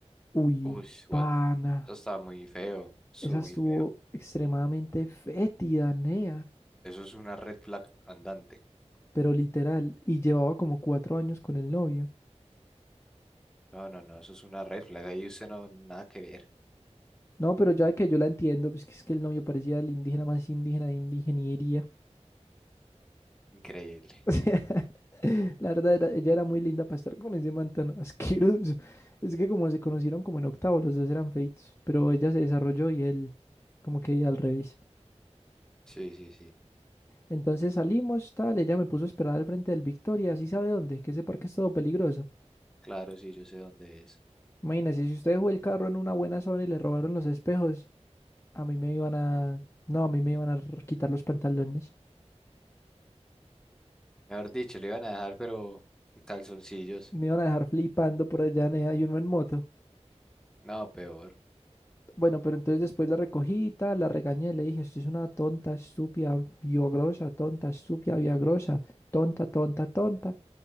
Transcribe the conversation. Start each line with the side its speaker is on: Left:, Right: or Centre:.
Left: Uy,
Centre: Uy, what?
Left: pana,
Centre: Eso estaba muy feo, estuvo
Left: esa estuvo
Centre: muy feo.
Left: extremadamente fétida, nea,
Centre: Eso es una red flag andante.
Left: pero literal, y llevaba como cuatro años con el novio.
Centre: No, no, no, eso es una red flag. Ahí usted no, nada que ver.
Left: No, pero ya que yo la entiendo, pues que es que el novio parecía el indígena más indígena de indigeniería.
Centre: Increíble.
Left: O sea, <laughs> la verdad, era- ella era muy linda para estar con ese man tan asqueroso. Es que como se conocieron como en octavo, los dos eran feitos, pero ella se desarrolló y él como que al revés.
Centre: Sí, sí, sí.
Left: Entonces salimos, tal, ella me puso a esperar al frente del Victoria, así sabe dónde, que ese parque es todo peligroso.
Centre: Claro, sí, yo sé dónde es.
Left: Imagínense, si usted dejó el carro en una buena zona y le robaron los espejos, a mí me iban a... No, a mí me iban a r- quitar los pantalones.
Centre: Mejor dicho, le iban a dejar, pero en calzoncillos.
Left: Me iban a dejar flipando por allá, nea, y uno en moto.
Centre: No, peor.
Left: Bueno, pero entonces después la recogí, y tal, la regañé, le dije, usted es una tonta, estúpida, biogrosa, tonta, estúpida, biogrosa, tonta, tonta, tonta.